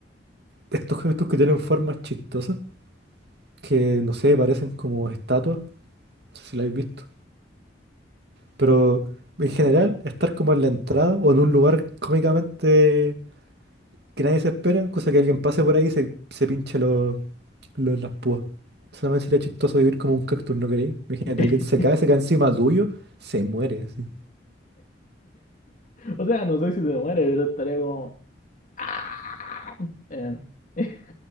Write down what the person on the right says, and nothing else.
estos cactus que tienen formas chistosas, que, no sé, parecen como estatuas. No sé si lo habéis visto. Pero... En general, estar como en la entrada o en un lugar cómicamente que nadie se espera, cosa que alguien pase por ahí y se, se pinche los, los- las púas. Solamente sería chistoso vivir como un cactus, ¿no creéis? Imagínate,
alguien se cae, se cae encima tuyo, se muere así.